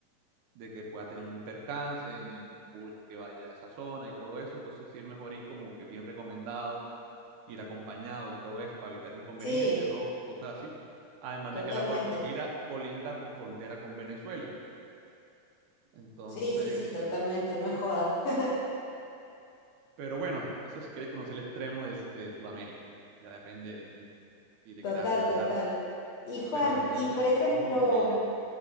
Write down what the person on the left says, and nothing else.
Sí,
totalmente.
Sí, sí, sí, totalmente.
No es joda. <laughs>
Total,
total. Y Juan,
y
por ejemplo,